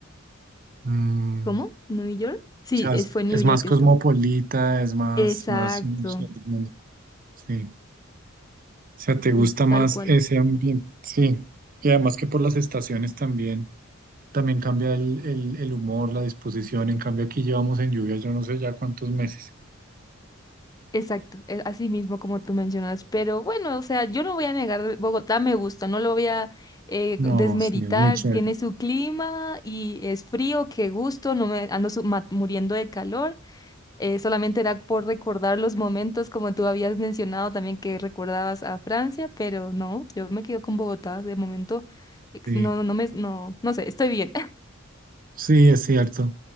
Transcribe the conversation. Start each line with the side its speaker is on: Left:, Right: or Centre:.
Right: mm,
Left: ¿Cómo?
Right: o
Left: ¿New York? Sí,
Right: sea,
Left: es-
Right: es,
Left: fue en
Right: es
Left: New York
Right: más
Left: que
Right: cosmopolita,
Left: estuve.
Right: es más,
Left: Exacto,
Right: más, mm, sí, del mundo. Sí. O sea, te gusta
Left: y
Right: más
Left: tal cual.
Right: ese ambiente, sí. Y además que por las estaciones también, también cambia el, el, el humor, la disposición. En cambio, aquí llevamos en lluvia, yo no sé ya cuántos meses.
Left: Exacto, e- así mismo como tú mencionas, pero bueno, o sea, yo no voy a negar, Bogotá me gusta, no lo voy a eh,
Right: No,
Left: desmeritar,
Right: sí, es muy chévere.
Left: tiene su clima y es frío, qué gusto, no me ando su- ma- muriendo de calor, eh, solamente era por recordar los momentos como tú habías mencionado también que recordabas a Francia, pero no, yo me quedo con Bogotá de momento, ex-
Right: Sí,
Left: no, no, no me, no, no sé, estoy bien.
Right: sí, es cierto.